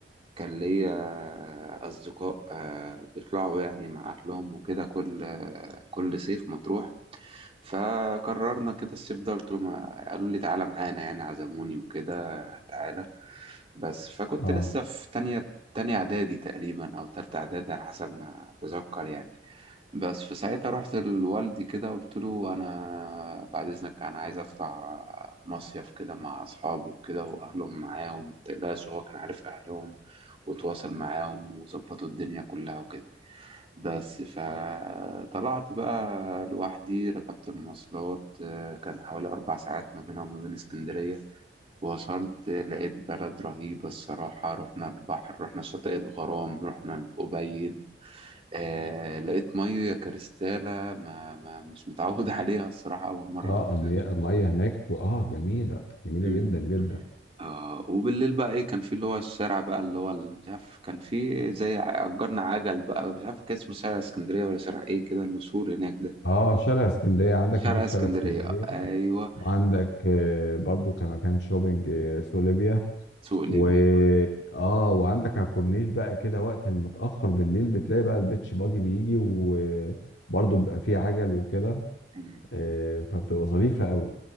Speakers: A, on the right (about 30°); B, on the left (about 70°).
A: كان ليا أصدقاء آه، بيطلعوا يعني مع أهلهم وكده كل آه، كل صيف مطروح فقررنا كده الصيف ده قلت لهم قالوا لي تعالى معانا يعني عزموني وكده تعالى بس فكنت
B: اه
A: لسه في تانية تانية إعدادي تقريبا أو تالتة إعدادي على حسب ما أتذكر يعني بس في ساعتها رحت لوالدي كده قلت له أنا بعد إذنك أنا عايز أطلع مصيف كده مع أصحابي وكده وأهلهم معاهم متقلقش هو كان عارف أهلهم وتواصل معاهم وظبطوا الدنيا كلها وكده بس فطلعت بقى لوحدي ركبت المواصلات آه، كان حوالي أربع ساعات ما بينها وما بين اسكندرية وصلت آه، لقيت بلد رهيبة الصراحة رحنا البحر رحنا شاطئ الغرام رحنا الأبيد آه لقيت مية كريستالة ما, ما مش متعود <laughs> عليها الصراحة أول مرة
B: اه
A: كنت
B: المياه
A: أشوف
B: المية هناك اه جميلة جميلة
A: مم.
B: جدا جدا
A: آه وبالليل بقى ايه كان في اللي هو الشارع بقى اللي هو ال- مش عارف كان في زي ع- اجرنا عجل بقى مش عارف كان اسمه شارع اسكندريه ولا شارع ايه كده المشهور هناك ده
B: اه شارع اسكندريه عندك
A: شارع
B: هناك شارع
A: اسكندرية
B: اسكندريه
A: أيوة
B: وعندك آه، برضو كمكان شوبينج آه، سوق ليبيا
A: سوق
B: و
A: ليبيا برضه
B: اه وعندك على الكورنيش بقى كده وقت المتاخر بالليل بتلاقي بقى البيتش باجي بيجي وبرضو بيبقى فيه عجل وكده
A: أمم.
B: آه، فبتبقى ظريفه قوي